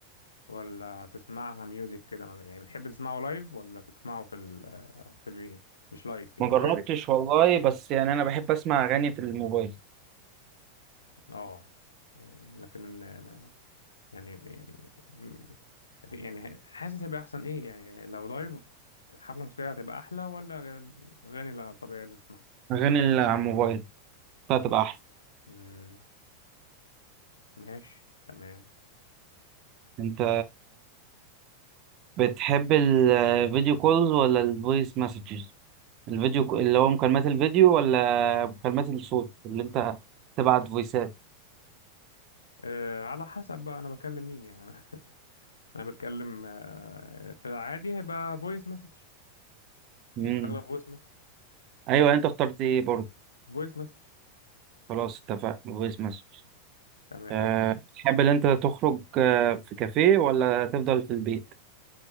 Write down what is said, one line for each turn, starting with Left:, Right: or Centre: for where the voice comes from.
Left: ولا تسمعها ميوزك كده مثلاً؟ يعني بتحب تسمعه لايف ولا تسمعه في ال في المي... مش لايف يعني
Right: ما جربتش
Left: لايف
Right: والله بس يعني أنا بحب أسمع أغاني في الموبايل
Left: اه يعني لكن يعني يعني م- يعني حاسس هيبقى احسن ايه يعني لو لايف حفلة موسيقية هتبقى احلى ولا الاغاني اللي- الطبيعية اللي بتسمعها
Right: أغاني اللي على الموبايل هتبقى أحسن
Left: امم ماشي تمام
Right: أنت بتحب الفيديو كولز ولا الفويس مسجز الفيديو ك- اللي هو مكالمات الفيديو ولا مكالمات الصوت اللي انت تبعت فويسات
Left: أه على حسب بقى انا بكلم مين يعني <laughs> انا بتكلم أه في العادي هيبقى فويس مسج يعني
Right: امم
Left: الاغلب فويس مسج
Right: ايوه انت اخترت ايه برضه
Left: فويس مسج
Right: خلاص اتفقنا فويس مسج
Left: تمام
Right: أه بتحب ان انت تخرج آه، في كافيه ولا تفضل في البيت